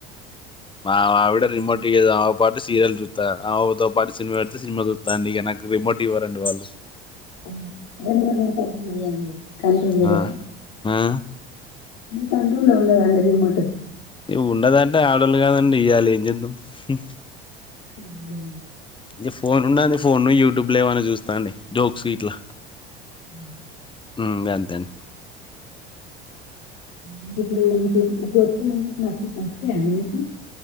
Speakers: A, on the left; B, on the left.
A: మా అవిడ రిమోట్ ఇయ్యదు. ఆమె పాటు సీరియల్ చూత్త ఆమెతో పాటు సినిమా పెడితే సినిమా చూత్త అండి. నాకు రిమోట్ ఇవ్వరండీ వా పళ్ళు
B: <unintelligible> అండి కంట్రోలుగా
A: ఆ ఆ
B: మీ కంట్రోల్ లో ఉండదా అండి రిమోటు
A: ఈ ఉండదాంట ఆడోల్లు గాద అండి ఇయ్యాలే ఎం చేద్దాం హ్మ్
B: అండి
A: ఇగ ఫోన్ ఉన్నాది ఫోను యూట్యూబ్ లో ఎమన్నా చూస్తా అండి జోక్స్ గిట్ల
B: ఆ
A: ఉమ్ గంతే అన్
B: ఉమ్ గిప్పుడు మీకు ఇప్పుడు వచ్చే మూవీసు నచ్ నచ్చుతాయా అండి మీకు